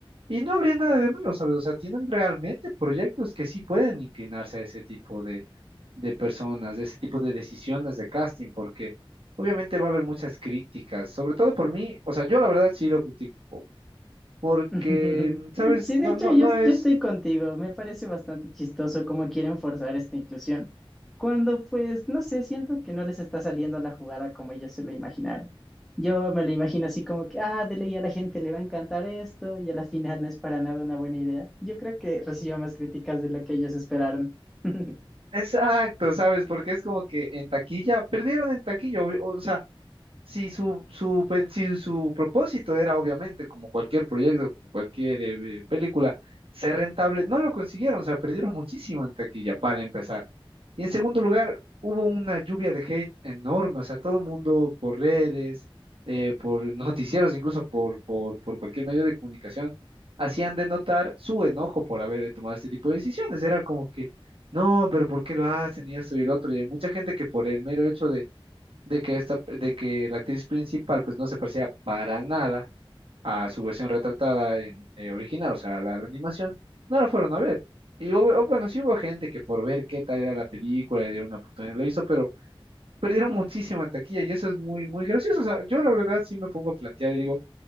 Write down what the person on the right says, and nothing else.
Y no habría nada de malo, ¿sabes? O sea, tienen realmente proyectos que sí pueden inclinarse a ese tipo de, de personas, de ese tipo de decisiones de casting, porque obviamente va a haber muchas críticas, sobre todo por mí, o sea, yo la verdad sí lo critico, porque,
¿sabes?
No,
no,
no es...
Exacto, ¿sabes? Porque es como que en taquilla, perdieron en taquilla, obvio, o sea, si su, su, pe- si su propósito era, obviamente, como cualquier proyecto, como cualquier eh, eh, película, ser rentable, no lo consiguieron, o sea, perdieron muchísimo en taquilla para empezar. Y en segundo lugar, hubo una lluvia de hate enorme, o sea, todo el mundo por redes, eh, por <laughs> noticieros, incluso por, por, por cualquier medio de comunicación, hacían de notar su enojo por haber tomado este tipo de decisiones. Era como que, no, pero ¿por qué lo hacen? Y esto y el otro. Y hay mucha gente que por el mero hecho de de que esta, de que la actriz principal pues no se parecía para nada a su versión retratada en eh, original, o sea, la, la animación, no la fueron a ver. Y hubo- o bueno, sí hubo gente que por ver qué tal era la película, le dieron una oportunidad, lo hizo, pero perdieron muchísimo en taquilla y eso es muy, muy gracioso. O sea, yo la verdad sí me pongo a plantear y digo,